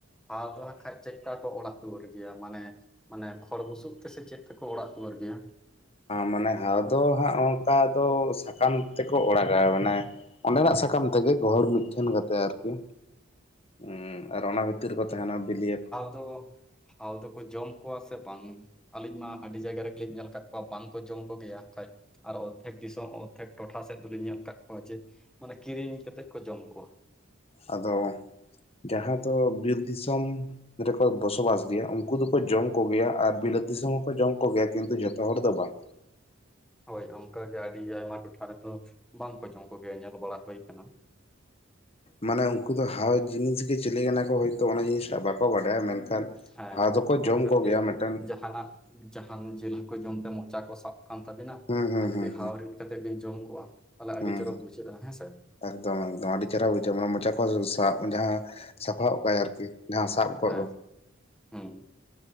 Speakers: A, in the centre; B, on the left.
A: ᱦᱟᱣ ᱫᱚ ᱦᱟᱸᱜ ᱠᱷᱟᱡ ᱪᱮᱫ ᱠᱟ ᱠᱚ ᱚᱲᱟᱜ ᱫᱩᱣᱟᱹᱨ ᱜᱮᱭᱟ ᱢᱟᱱᱮ? ᱢᱟᱱᱮ ᱠᱷᱚᱲ ᱵᱩᱥᱩᱵ ᱛᱮᱥᱮ ᱪᱮᱫ ᱛᱮᱠᱚ ᱚᱲᱟᱜ ᱫᱩᱣᱟᱹᱨ ᱜᱮᱭᱟ?
B: ᱢᱟᱱᱮ ᱦᱟᱣ ᱫᱚ ᱦᱟᱸᱜ ᱚᱝᱠᱟ ᱫᱚ ᱥᱟᱠᱟᱢ ᱛᱮᱠᱚ ᱚᱲᱟᱜᱟ ᱢᱟᱱᱮ? ᱚᱸᱰᱮ ᱱᱟᱜ ᱥᱟᱠᱟᱢ ᱛᱮᱜᱮ ᱜᱚᱦᱚᱲ ᱢᱤᱫ ᱴᱷᱮᱱ ᱠᱟᱛᱮ ᱟᱨᱠᱤ᱾ ᱩᱸ ᱟᱨ ᱚᱱᱟ ᱵᱷᱤᱛᱤᱨ ᱨᱮ ᱠᱚ ᱛᱟᱦᱮᱱᱟ ᱵᱤᱞᱤᱭᱟᱠ,
A: ᱛᱚ ᱦᱟᱣ ᱫᱚᱠᱚ ᱡᱚᱢ ᱠᱚᱣᱟ ᱥᱮ ᱵᱟᱝ? ᱟᱞᱤᱧ ᱢᱟ ᱟᱰᱤ ᱡᱟᱭᱜᱟ ᱨᱮᱜᱮ ᱞᱤᱧ ᱧᱮᱞ ᱠᱟᱜ ᱠᱚᱣᱟ ᱵᱟᱝᱠᱚ ᱡᱚᱢ ᱠᱚᱜᱮᱭᱟ ᱠᱷᱟᱡ ᱟᱨ ᱚᱨᱫᱷᱮᱠ ᱫᱤᱥᱚᱢ ᱴᱚᱴᱷᱟ ᱥᱮᱫ ᱫᱚᱞᱤᱧ ᱧᱮᱞ ᱠᱟᱫ ᱠᱚᱣᱟ ᱡᱮ ᱢᱟᱱᱮ ᱠᱤᱨᱤᱧ ᱠᱟᱛᱮᱫ ᱠᱚ ᱡᱚᱢ ᱠᱚᱣᱟ᱾
B: ᱟᱫᱚ ᱡᱟᱦᱟᱸ ᱫᱚ ᱵᱤᱨ ᱫᱤᱥᱚᱢ, ᱨᱮᱠᱚ ᱵᱚᱥᱚ ᱵᱟᱥ ᱜᱮᱭᱟ ᱩᱝᱠᱩ ᱫᱚᱠᱚ ᱡᱚᱢ ᱠᱚᱜᱮᱭᱟ ᱟᱨ ᱵᱤᱞᱟᱹᱛ ᱫᱤᱥᱚᱢ ᱦᱚᱸᱠᱚ ᱡᱚᱢ ᱠᱚᱜᱮᱭᱟ ᱠᱤᱱᱛᱩ ᱡᱷᱚᱛᱚ ᱦᱚᱲ ᱫᱚ ᱵᱟᱝ᱾
A: ᱦᱳᱭ ᱚᱱᱝᱠᱟ ᱜᱮ ᱟᱹᱰᱤ ᱟᱭᱢᱟ ᱴᱚᱴᱷᱟ ᱨᱮᱫᱚ ᱵᱟᱝ ᱠᱚ ᱡᱚᱢ ᱠᱚᱜᱮᱭᱟ ᱧᱮᱞ ᱵᱟᱲᱟ ᱦᱳᱭ ᱠᱟᱱᱟ᱾
B: ᱢᱟᱱᱮ ᱩᱝᱠᱩ ᱫᱚ ᱦᱟᱣ ᱡᱤᱱᱤᱥ ᱜᱮ ᱪᱤᱞᱤ ᱠᱟᱱᱟ ᱠᱚ ᱦᱚᱭᱛᱚ ᱚᱱᱟ ᱡᱤᱱᱤᱥ ᱴᱟᱜ ᱵᱟ ᱠᱚ ᱵᱟᱰᱟᱭᱟ ᱢᱮᱱᱠᱷᱟᱱ
A: ᱦᱮᱸ
B: ᱦᱟᱣ ᱫᱚᱠᱚ
A: ᱢᱚᱱᱮ
B: ᱡᱚᱢ
A: ᱠᱟᱜ
B: ᱠᱚᱜᱮᱭᱟ
A: ᱵᱤᱱ
B: ᱢᱮᱫᱴᱟᱱ,
A: ᱡᱟᱦᱟᱱᱟᱜ ᱡᱟᱦᱟᱱ ᱡᱤᱞ ᱦᱟᱹᱠᱩ ᱡᱚᱢᱛᱮ ᱢᱚᱪᱟ ᱠᱚ ᱥᱟᱵ ᱠᱟᱱ ᱛᱟᱵᱤᱱᱟ
B: ᱦᱩᱸ ᱦᱩᱸ
A: ᱟᱨ ᱡᱩᱫᱤ
B: ᱦᱩᱸ
A: ᱦᱟᱣ
B: ᱦᱩᱸ
A: ᱨᱤᱫ ᱠᱟᱛᱮ ᱵᱤᱱ ᱡᱚᱢ ᱠᱚᱜᱣᱟ ᱛᱟᱞᱟᱦᱮ
B: ᱦᱩᱸ
A: ᱟᱹᱰᱤ ᱪᱚᱨᱚᱠ
B: ᱦᱩᱸ
A: ᱵᱩᱡᱷᱟᱹᱜ-ᱟ ᱦᱮᱸᱥᱮ?
B: ᱮᱠᱫᱚᱢ ᱮᱠᱫᱚᱢ ᱟᱹᱰᱤ ᱪᱮᱦᱨᱟ ᱵᱩᱡᱷᱟᱹᱜ-ᱟ ᱢᱟᱱᱮ ᱢᱚᱪᱟ ᱠᱚ ᱥᱟᱵ ᱡᱟᱦᱟᱸ ᱥᱟᱯᱷᱟ ᱜᱚᱜ ᱠᱟᱭᱟᱭ ᱟᱨᱠᱤ᱾ ᱡᱟᱦᱟᱸ ᱥᱟᱵ ᱠᱚᱜ
A: ᱦᱮᱸ
B: ᱫᱚ
A: ᱦᱩᱸ